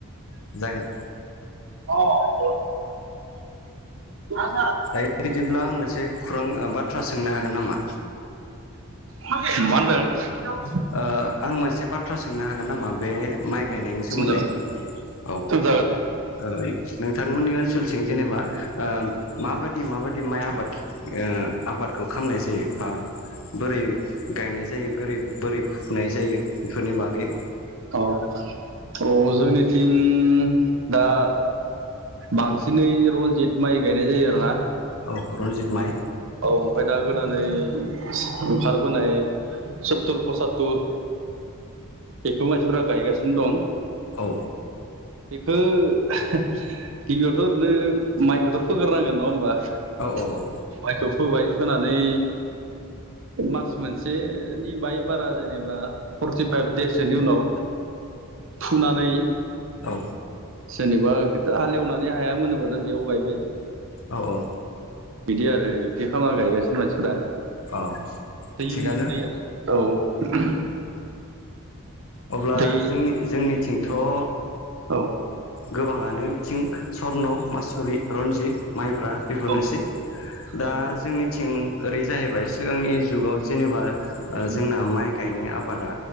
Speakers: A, on the left; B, on the right.
A: जागोन
B: हो? <inaudible> <inaudible>
A: दायो बिदिब्ला आं मोनसे खौरां बाथ्रा सोंनो हागोन नामा?
B: मा होनदों? औ
A: ओ आं मोनसे बाथ्रा सोंनो हागोन नामा बे माइ गायनायनि सोमोन्दै।
B: सोंजागोन सोंजागोन
A: औ
B: सोंजागोन
A: ओ नोंथांमोननि ओन सोलथिं जेनेबा माबायदि माबायदि माइ आबाद आबादखौ खालामनाय जायो बा बोरै गायनाय जायो, बोरै बोरै फुुनाय जायो बेफोरनि बागै?
B: औ औ जोंनिथिं दा बांसिनै रन्जित माइ गायनाय जायो आरोना।
A: औ रनजित माइ।
B: औ ओमफ्राय दा गोदानै ओंखारबोनाय सत्तुर पसातुर बेखौ मानसिफोरा गायगासिनो दं।
A: औ
B: बेखौ गिबियावथ' ओरैनो माइखौथ' फोग्रोनांगोन नङा होमबा? माइखौ
A: औ औ औ
B: फोबाय, फोनानै मास मोनसेनि बाय बारा जेनेबा फर्टिफाइभ देइस सोनि उनाव फुनानै
A: औ।
B: जेनेबा खिन्थु हालेवनानै हाया मोनोबाथाय बेयाव गायबाय।
A: औ औ।
B: बिदि आरो बिदि खालामना गायगासिनो मानसिफोरा।
A: अ
B: दै
A: थिगानो
B: दैया औ
A: अब्ला
B: दै
A: जोंनि जोंनिथिंथ' ओ
B: औ
A: गोबाङानो बिथिं सर्न, मासुरि, रनजित माइब्रा बेफोरनोसै।
B: औ
A: दा
B: औ
A: जोंनिथिं ओरै जाहैबाय सिगांनि जुगाव जेनेबा ओ
B: उम
A: जोंना माइ गायनाय आबादा